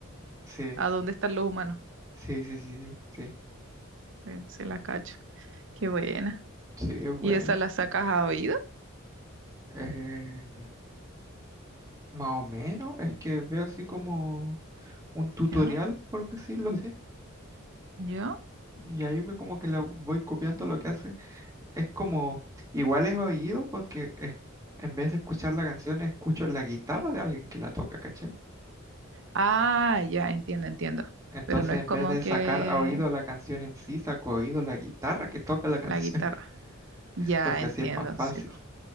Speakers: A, on the right; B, on the right.
A: Sí,
B: a dónde están los humanos.
A: sí, sí, sí, sí, sí,
B: Sí, sí, la cacho. Qué buena.
A: sí, es bueno.
B: ¿Y esa la sacas a oído?
A: Eh, más o menos, es que veo así como un tutorial,
B: ¿Ya?
A: por decirlo así,
B: ¿Ya?
A: y ahí me como que la voy copiando lo que hace. es como, igual es oído porque es, en vez de escuchar la canción, escucho la guitarra de alguien que la toca, ¿cachai?
B: Ah, ya, entiendo, entiendo.
A: Entonces,
B: Pero no es
A: en
B: como
A: vez de
B: que
A: sacar a oído la canción en sí, saco a oído la guitarra que toca la canción,
B: la guitarra.
A: <laughs>
B: Ya,
A: porque
B: entiendo,
A: así es más fácil.
B: sí.